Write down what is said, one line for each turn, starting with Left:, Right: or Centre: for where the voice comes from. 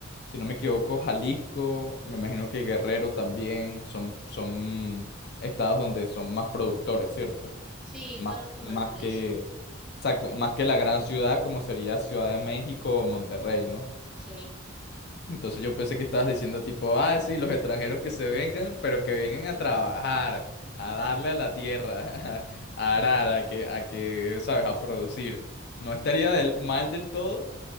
Left: si no me equivoco, Jalisco, me imagino que Guerrero también son, son estados donde son más productores, ¿cierto?
Centre: Sí,
Left: Más,
Centre: todos como
Left: más
Centre: los del
Left: que,
Centre: sur.
Left: exacto, más que la gran ciudad como sería Ciudad de México o Monterrey, ¿no?
Centre: Sí,
Left: Entonces yo pensé que estabas diciendo tipo, ah, sí, los extranjeros que se vengan, pero que vengan a trabajar, a darle a la tierra, <laughs> a arar, a que, a que, ¿sabes? A producir. No estaría del, mal del todo,